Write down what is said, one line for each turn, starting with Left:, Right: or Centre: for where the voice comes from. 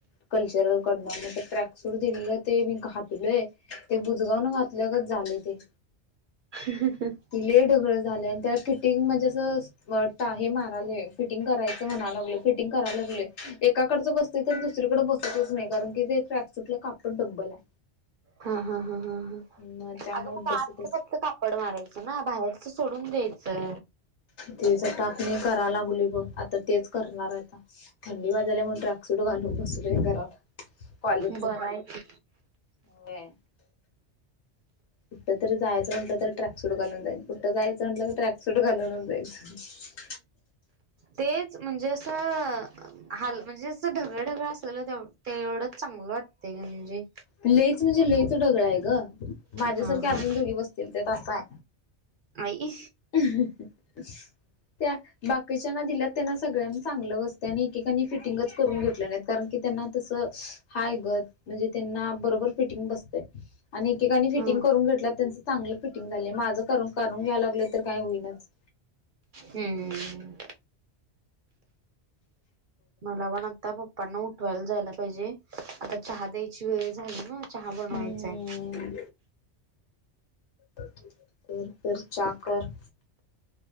Left: कल्चरल कडण मग ते ट्रॅक सोड दिलेला ते मी घातलोय ते बुजगाव न घातल्यागत झालय ते.
Right: <unintelligible>
Left: ति लय ढगळं झालय आणि त्याला फिटिंग म्हणजे असं टा हे मारालय फिटिंग करायच अस म्हणा लागलोय फिटिंग कराय लागलोय एकाकडचं बसतय तर दुसरीकड बसतच नाय कारण की ते ट्रॅकसुटला काप डब्बल आय.
Right: हा हा हा ह ह,
Left: मग त्यामुळे
Right: अग कुट
Left: बसतच
Right: आतल फक्त कापड मारायचं ना बाहेरच सोडून द्यायचं.
Left: तिचा टाक मी करालोय बघ आता तेच करणार आय आता थंडी वाजायला म्हण ट्रॅक सूट घालून आलोयय घरात कॉलेजच
Right: बरं आहे
Left: होय. कुठ तरी जायचं म्हटलं तरी ट्रॅक सूट घालून जाईल कुठं जायचं म्हटलं तर ट्रॅक सूट घालूनच जायच.
Right: तेच म्हणजे असं हाल म्हणजे असं ढगळं ढगळं असल ना ते ते एवढंच चांगलं वाटतय म्हणजे
Left: लईच म्हणजे लईच ढगळ हाय ग माझ्यासारखे
Right: हा हा.
Left: अजून दोघी बसतील त्यात आसाय.
Right: आई.
Left: <inaudible> त्या बाकीच्यांना दिल्यात त्यांना सगळ्यांना चांगलं बसतय आणि एकेकांनी फिटिंगच करून घेतलं नायत. कारण की त्यांना तस हायग म्हणजे त्यांना बरोबर फिटिंग बसतय. आणि एकेकानी
Right: हम्म
Left: फिटिंग करून घेतला त्यांचं चांगलं फिटिंग झालंय माझं करून करून घ्यायला लागलं तर काय होयनाच.
Right: हम्म, मला पण आता पप्पांना उठवायला जायला पाहिजे आता चहा द्यायची वेळ झाली ना चहा बनवायचाय.
Left: हम्म कर कर चहा कर.